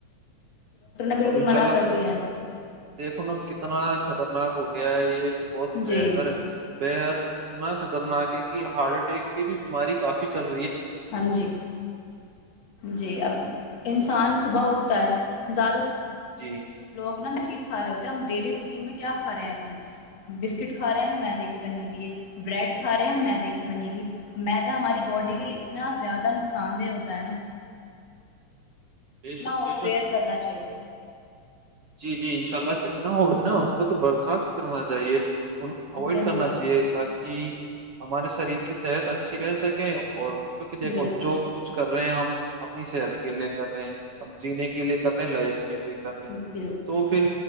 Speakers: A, on the left; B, on the right.
A: بالکل
B: تو اب ان
A: منع
B: شاء اللہ
A: کر دیا
B: دیکھو نا کتنا خطرناک ہو گیا یہ بہت
A: ہے جی
B: بہتر ہے بےحد اتنا خطر خطرنا کہ ہارٹ اٹیک کی بھی بیماری کافی چل رہ
A: ہاں جی جی اب انسان صبح اٹھ زیادہ تر
B: جی
A: لوگ نا چیز کھا رہے ہوتے ہیں ہم ڈیلی روٹین میں کیا کھا رہے ہیں اپنی بسکٹ کھا رہے ہیں وہ میدے کی بنی ہوئی ہے بریڈ کھا رہے ہیں ہم میدے کی بنی ہوئی میدہ ہماری باڈی کے لیے اتنا زیادہ نقصان دہ ہوتا ہے نا
B: بے شک
A: کرنا ہوتا
B: بے شک
A: ویئر کرنا چاہیے
B: جی جی انشاء اللہ جتنا ہو نا اس کو تو برخاست کرنا چاہیے ان اوائڈ
A: بالکل
B: کرنا چاہیے تاکہ ہمارے شریر کی صحت اچھی رہ سکے اور کیونکہ دیکھو
A: بالکل
B: جو کچھ کر رہے ہیں ہم اپنی صحت کے لیے کر رہے ہیں اب جینے کے لیے کر رہے ہیں لائف کے لیے کر رہے
A: بالکل
B: تو پھر